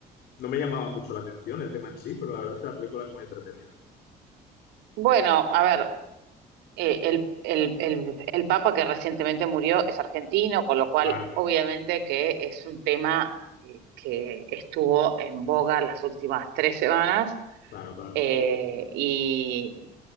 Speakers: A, on the left; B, on the right.
A: no me llamaba mucho la atención el tema en sí, pero la verdad es que la película es muy entretenida.
B: Bueno, a ver, eh, el, el, el, el Papa que recientemente murió es argentino, con lo cual
A: Claro,
B: obviamente que es un tema eh, que estuvo en boga las últimas tres semanas.
A: claro, claro.
B: Eh, y